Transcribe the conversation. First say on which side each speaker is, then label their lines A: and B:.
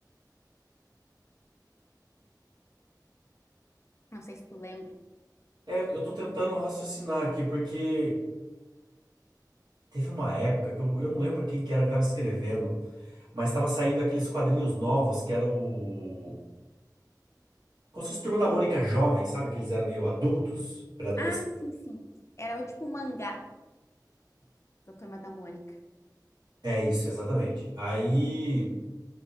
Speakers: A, on the left (about 40°); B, on the right (about 75°).
A: Não sei se tu lembra.
B: É, eu eu tô tentando raciocinar aqui, porque teve uma época que eu, eu não lembro quem que era que tava escrevendo, mas tava saindo aqueles quadrinhos novos que era o. Como se fosse Turma da Mônica jovem, sabe? Que eles eram meio adultos, pré-adolescentes.
A: Ah, sim, sim. Era o tipo mangá da Turma da Mônica.
B: É isso, exatamente. Aí.